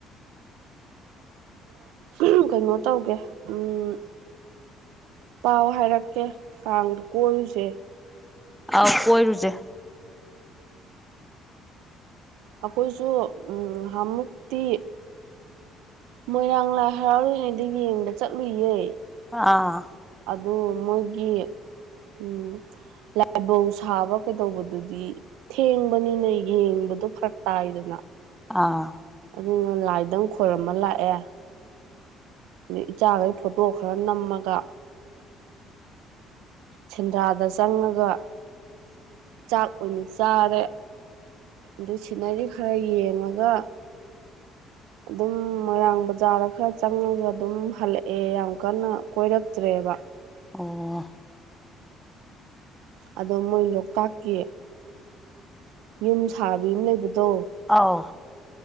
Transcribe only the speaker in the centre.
ꯑꯥꯎ ꯀꯣꯏꯔꯨꯁꯦ
ꯑꯥ
ꯑꯥ
<inaudible>
ꯑꯣ
ꯑꯥꯎ